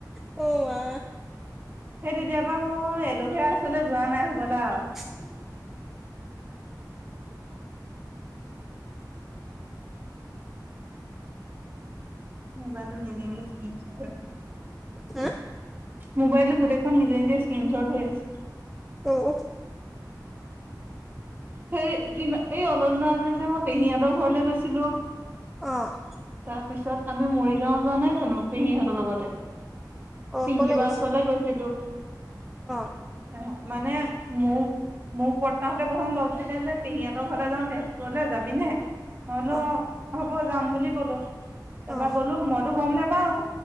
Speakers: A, in the centre; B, on the right.
A: অ', আ।
B: সেই তেতিয়াৰ পৰা মই এল'ভেৰা ওচৰলৈ যোৱা নাই হ'বলা আও।
A: <unintelligible>
B: মোবাইলটো নিজে নিজে <unintelligible>
A: হা
B: মোবাইলটো গোটেই নিজে নিজে স্ক্ৰীনশ্বট হৈ আছে।
A: অ'।
B: সে দিনা এই অলপ দিনৰ আগতে যে মই পেহীহঁতৰ ঘৰলৈ গৈছিলো।
A: অ'।
B: তাৰ পিছত আমি মৰিগাঁও যোৱা নাই জানো, পেহীহঁতৰ লগতে।
A: অ
B: পিংকিবাৰ
A: কলৈ গৈছে
B: ওচৰলৈ গৈছিলো।
A: অ
B: অ, মানে মোক মোক বৰতাহতে প্ৰথম লগ ধৰিলে যে, পেহিহঁতৰ ঘৰলৈ যাওঁ তেজপুৰলৈ, যাবি নে? মই বুলু
A: অ
B: হ'ব যাম বুলি ক'লো, তাৰপৰা
A: অ
B: গ'লো, মইতো গম নাপাও।